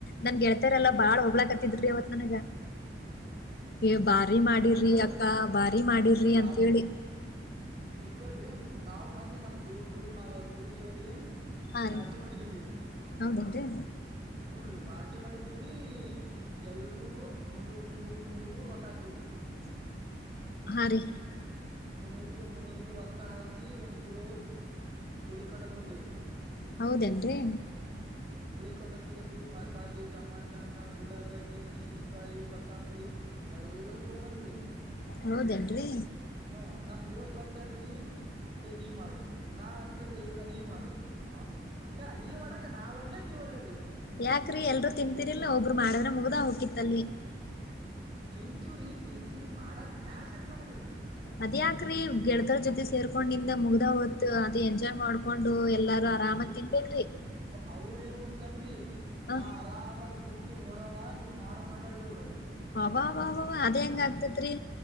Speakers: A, on the left; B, on the right.
A: ನನ್ ಗೆಳ್ತರಲ್ಲ ಬಾಳ್ ಹೋಗ್ಳಾಕ ಅವತ್ ನನಗ ಏ ಬಾರಿ ಮಾಡಿರ್ರಿ
B: ಮನ್ನಿ ನೋಡ್ರಿ
A: ಅಕ್ಕಾ ಬಾರಿ ಮಾಡಿರ್ರಿ
B: ನಾವ್
A: ಅಂತೇಳಿ
B: ಇಲ್ ಕೇಳ್ರಿ ನಾವ್ ಮನೆ ನಮ್ ದೋಸ್ತರು ನಾವ್ ಎಲ್ರು ಸೇರಿ
A: ಹಾ
B: ಪಾರ್ಟಿ
A: ರೀ
B: ಮಾಡಿದವಿರಿ
A: ಹೌದೇನ್ರಿ
B: <unintelligible> ಪಾರ್ಟಿ ಮಾಡಿದವ್ರೀ ಎಲ್ರುೂ ಮುನ್ನೂರ್ ಮುನ್ನೂರ್ ಮುನ್ನೂರ್ ರೊಕ್ಕ ಹಾಕವ್ರಿ
A: ಹರಿ
B: ಮುನ್ನೂರು ರೂಪಾಯಿ ಮುನ್ನೂರು ರೂಪಾಯಿ ರೊಕ್ಕ ಹಾಕಿ ಒಂದ್ ಕಿಲೋ ಕೋಳಿಕಂಡ ತೊಂದ್ರಿ
A: ಹೌದೇನ್ರರಿ
B: ಕೊಂಡ ತಗೊಂಡರಿ ಮಸಾಲೆ ಟಮಾಟಣ್ಣ ಉಳ್ಳಾಗಡ್ಡಿ ಮೆಣಸಿನಕಾಯಿ ಕೊತ್ತಂಬರಿ ಎಲ್ಲ ತಗೊಂಬಂದಿರಿ
A: ಹೌದೇನ್ರಿ
B: ಹ್ಮ ನಮ್ ದೋಸ್ತ್ ಅಂತನ್ ಏ ನೀ ಮಾಡು ನಾ ಅಂತನ್ ಇಲ್ಲ ನೀ ಮಾಡು ವ ಹೊಟ್ಟೆ ಅಡಗ ಮಾಡಕ ನಾವ್ಲ್ಲ ನೀವ್ ಅಲ್ಲರರಿ
A: ಯಾಕ್ರಿ ಎಲ್ರು ತಿನ್ಂತರಿಲ್ಲ ಒಬ್ರು ಮಾಡಿದ್ರ ಮುಗ್ದ ಹೋಗಕಿತ್ತಲ್ಲಿ
B: ತಿಂತೀವ್ರೀ ತಿಂತೀವಿ ಮಾಡಾಕ್ ಬ್ಯಾಸ್ರೀ ನಮಗ
A: ಅದ್ಯಾಕ್ರಿ ಗೆಳತರ ಜೊತೆ ಸೇರ್ಕೊಂಡಿಂದ ಮುಗ್ದ ಹೊತ್ ಅದ ಎಂಜಾಯ್ ಮಾಡ್ಕೊಂಡು ಎಲ್ಲಾರು ಆರಾಮಾಗಿ
B: ಜ
A: ತಿನ್ಬೇಕ್ರಿ
B: ಅವ್ರದ ಏನ್ ಗೊತ್ತನ್ರಿ ನಾ
A: ಹ
B: ಆರಾಮಾಗಿ ಕುಂತು ನೋಡವ ನೀವ್ ಮಾಡ ಕನ್ನಡ್ರಿ ಅವರು
A: ಅವ ವ ಅವ ಅದ್ ಹೆಂಗ ಆತರಿ